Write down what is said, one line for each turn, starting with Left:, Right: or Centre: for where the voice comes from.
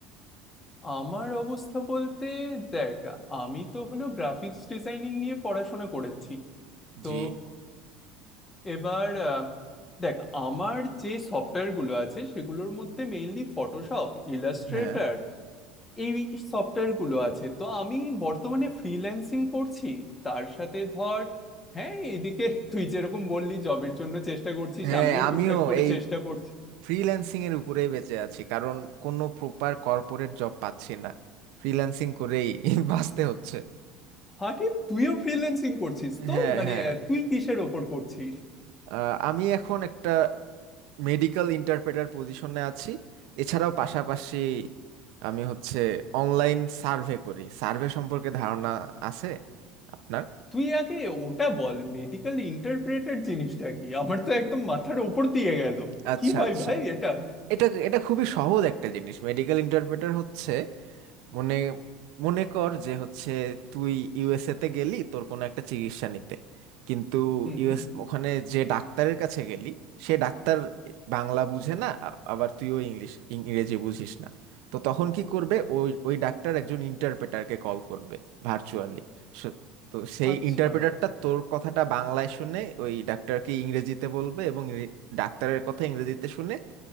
Left: আমার অবস্থা বলতে দেখ আমি তো হলো গ্রাফিক্স ডিজাইনিং নিয়ে পড়াশোনা করেছি তো
Right: জি
Left: এবার আহ, দেখ আমার যে সফটওয়্যার গুলো আছে সেগুলোর মধ্যে মেইনলি ফটোশপ ইলাস্ট্রেটর
Right: হ্যাঁ
Left: এই সফটওয়্যার গুলো আছে তো আমি বর্তমানে ফ্রিল্যান্সিং করছি তার সাথে ধর হ্যাঁ এদিকে তুই যেরকম বললি জবের জন্য চেষ্টা করছিস
Right: হ্যাঁ
Left: আমিও
Right: আমিও
Left: টুকটাক করে
Right: এই
Left: চেষ্টা করছি
Right: ফ্রিল্যান্সিং এর উপরেই বেঁচে আছি কারণ কোনো প্রপার কর্পোরেট জব পাচ্ছি না ফ্রিল্যান্সিং করেই <laughs> বাঁচতে হচ্ছে
Left: আরে তুইও ফ্রিল্যান্সিং করছিস তো
Right: হ্যাঁ
Left: মানে
Right: হ্যাঁ
Left: আহ, তুই কিসের ওপর করছিস
Right: আহ, আমি এখন একটা মেডিকেল ইন্টারপ্রেটার পজিশনে আছি এছাড়াও পাশাপাশি আমি হচ্ছে অনলাইন সার্ভে করি সার্ভে সম্পর্কে ধারণা আছে আপনার
Left: তুই আগে ওটা বল মেডিকেল ইন্টারপ্রেটার জিনিসটা কি আমার তো একদম মাথার ওপর দিয়ে গেল
Right: আচ্ছা
Left: কি হয়
Right: আচ্ছা
Left: ভাই এটা
Right: এটা এটা খুবই সহজ একটা জিনিস মেডিকেল ইন্টারপ্রেটার হচ্ছে মনে মনে কর যে হচ্ছে তুই ইউএসএ তে গেলি তোর কোনো একটা চিকিৎসা নিতে কিন্তু
Left: হুম
Right: ইউএস
Left: হুম
Right: ওখানে যে ডাক্তারের কাছে গেলি সে ডাক্তার বাংলা বুঝে না আ- আবার তুইও ইংলিশ ইংরেজি বুঝিস না তো তখন কি করবে ওই ওই ডাক্তার একজন ইন্টারপ্রেটারকে কল করবে ভার্চুয়ালি তো সেই
Left: আচ্ছা
Right: ইন্টারপ্রেটারটা তোর কথাটা বাংলায় শুনে ওই ডাক্তারকে ইংরেজিতে বলবে এবং ইংরে- ডাক্তারের কথা ইংরেজিতে শুনে